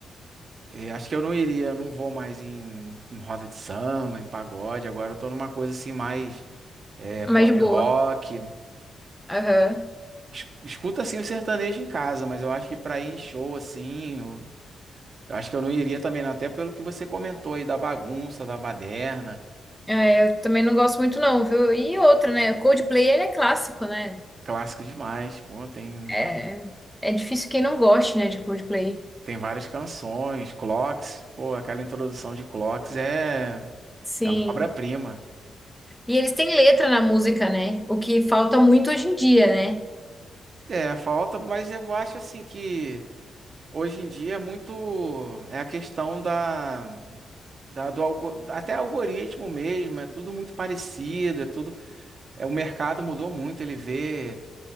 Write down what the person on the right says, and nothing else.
é, acho que eu não iria, eu não vou mais em, em roda de samba, em pagode. Agora eu tô numa coisa assim mais é, pop
rock.
Es- Escuta assim o sertanejo em casa, mas eu acho que pra ir em show assim, eu, eu acho que eu não iria também, não, até pelo que você comentou aí da bagunça, da baderna.
Clássico demais, pô, tem,
tem várias canções, Clocks, pô, aquela introdução de Clocks é,
é uma obra-prima.
É, falta, mas eu acho assim que hoje em dia é muito, é a questão da, da do algo, até algoritmo mesmo, é tudo muito parecido, é tudo, é, o mercado mudou muito, ele vê